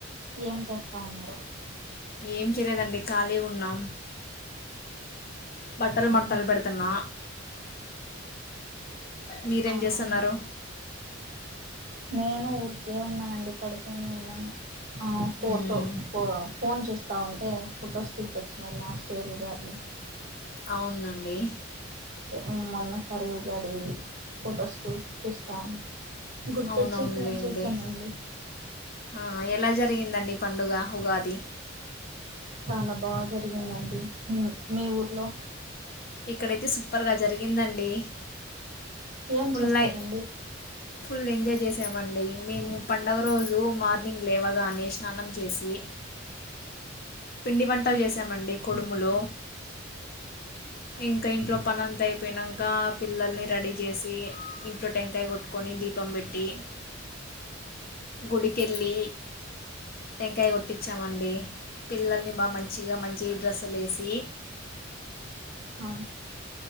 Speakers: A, on the right; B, on the left.
A: ఏం చేస్తా ఉన్నారు.
B: ఏం చేయలేదండి ఖాళీ ఉన్నం. బట్టలు
A: ఆ
B: మడతలు పెడుతున్నా. మీరేం
A: అవునా
B: జెస్తున్నారు.
A: అండి నేను ఊరికే ఉన్నానండి, పడుకొని ఉన్నాను. ఆ ఫోటో
B: మ్మ్
A: పో ఫోన్ చూస్తా ఉంటే ఫొటోస్ గుర్తొచ్చినాయి లాస్. చేరుగాది.
B: అవునండి.
A: ఆ మొన్నసార్ వుగాది ఫొటోస్ కూడా చూస్తా ఉ. గుర్తొచ్చి
B: అవునవునులేండి
A: ఫోన్ చేశానండి.
B: ఆ ఎలా జరిగిందండి పండుగ ఉగాది.
A: చాలా బా జరిగిందండి. ఉమ్ మీ ఊర్లో
B: ఇక్కడైతే సూపర్గా జరిగిందండి.
A: ఏం
B: ఫుల్
A: చేస్తారండి
B: లై ఫుల్ ఎంజాయ్ చేసాము. ఎమండి మేము పడుగ రోజు మార్నింగ్ లేవగానే స్నానం చేసి. పిండి వంటలు చేసామండి కుడుములు. ఇంకా ఇంట్లో పని అంత అయిన్నాక, పిల్లల్ని రడీ. జెసి ఇంట్లో టెంకాయ కొట్టుకొని దీపం పెట్టి. గుడికెళ్ళి. టెంకాయ కొట్టించాఅండి, పిల్లల్ని బాగా మంచిగా మంచి డ్రెస్సులు వేసీ.
A: ఆ